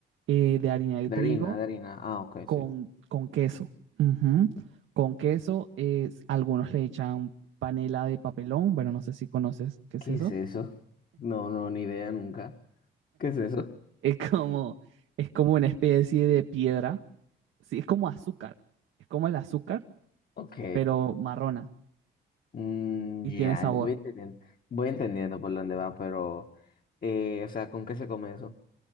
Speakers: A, on the right; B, on the left.
A: eh, de harina de
B: De
A: trigo
B: harina, de harina. Ah, ok,
A: con,
B: sí.
A: con queso. Ujú. Con queso, es- algunos le echan panela de papelón, bueno, no sé si conoces qué es
B: ¿Qué
A: eso
B: es eso? No, no, ni idea nunca. ¿Qué es eso?
A: Es como, es como una especie de piedra. Sí, es como azúcar. Es como el azúcar,
B: Ok.
A: pero marrona
B: Mm,
A: y
B: ya,
A: tiene sabor.
B: voy entendiendo, voy entendiendo por dónde va, pero, eh, o sea, ¿con qué se come eso?